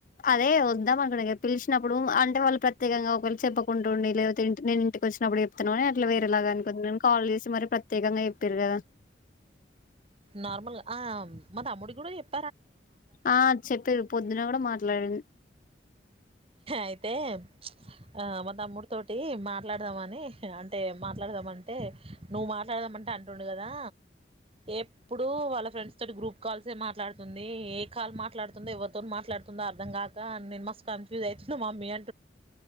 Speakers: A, on the left; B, on the right.
A: అదే వద్దాం అనకుడి పిలిచినప్పుడు అంటే వాళ్ళు ప్రత్యేకంగా ఒకేళు చెప్పుకుంటు ఉండి లేకపోతే ఇ నేను ఇంటికి వచ్చినప్పుడు చెప్తున్నానుని అట్లా వేరేలాగా అనుకు నేను కాల్ చేసి మరి ప్రత్యేకంగా చెప్పారు కదా
B: నార్మల్ ఆ మా తమ్ముడి కూడా చెప్
A: ఆ చెప్పేది పొద్దున కూడా మాట్లాడింది
B: అయితే ఆ మా తమ్ముడి తోటి మాట్లాడదామ అని అంటే మాట్లాడదామంటే నువ్వు మాట్లాడదాం అంటే అంటుండు కదా ఎప్పుడు వాళ్ళ ఫ్రెండ్స్ తోటి గ్రూప్ కాల్సే మాట్లాడుతుంది ఏ కాల్ మాట్లాడుతుందో ఎవరితో మాట్లాడుతుందో అర్థం కాక నేను మస్ కన్ఫ్యూజు అయితున్న మమీ అ